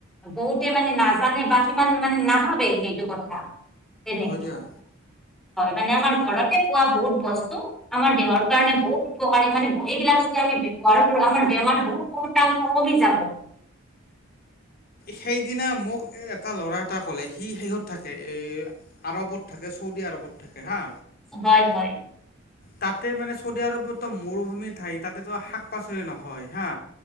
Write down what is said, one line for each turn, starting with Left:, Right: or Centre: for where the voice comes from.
Centre: বহুতে মানে নাজানে বা সিমান মানে নাভাবে সেইটো কথা। তেনেকে
Left: হয় দিয়া
Centre: হয় মানে আমাৰ ঘৰতে পোৱা বহুত বস্তু আমাৰ দেহৰ কাৰণে বহুত উপকাৰী মানে এইবিলাক যদি আমি ব্যৱহাৰ কৰো আমাৰ বেমাৰ বহুত কমাল কমি যাব।
Left: সেইদিনা মোক এটা ল'ৰা এটা ক'লে সি সেইহত থাকে এই আৰৱত থাকে চৌদি আৰৱত থাকে হা
Centre: হয় হয়।
Left: তাতে মানে চৌদি আৰবতটো মৰুভূমি ঠাই তাতেতো শাক শাক পাচলি নহয় হা,